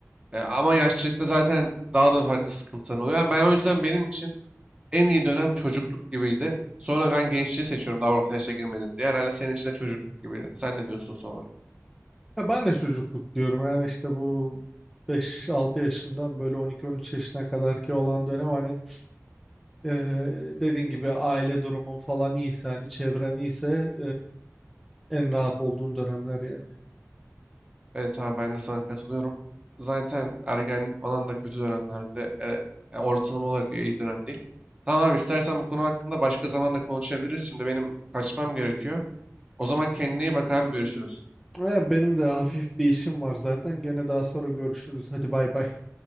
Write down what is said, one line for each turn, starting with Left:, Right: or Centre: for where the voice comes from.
Right: E, ama yaşlılıkta zaten daha da farklı sıkıntılar oluyor. Yani ben o yüzden benim için en iyi dönem çocukluk gibiydi. Sonra ben gençliği seçiyorum daha orta yaşa girmedim diye. Herhalde senin için de çocukluk gibiydi. Sen ne diyorsun son olarak?
Centre: ya ben de çocukluk diyorum yani işte bu beş altı yaşından böyle on iki on üç yaşına kadar ki olan dönem hani Ee, dediğin gibi aile durumun falan iyiyse hani çevren iyiyse ee, en rahat olduğun dönemler yani.
Right: Evet abi ben de sana katılıyorum. Zaten ergenlik falan da kötü dönemlerde, e, e, ortalama olarak iyi dönem değil. Tamam abi istersen bu konu hakkında başka zaman da konuşabiliriz. Şimdi benim kaçmam gerekiyor. O zaman kendine iyi bak abi görüşürüz.
Centre: Ee, benim de hafif bir işim var zaten. Gene daha sonra görüşürüz. Hadi bay bay.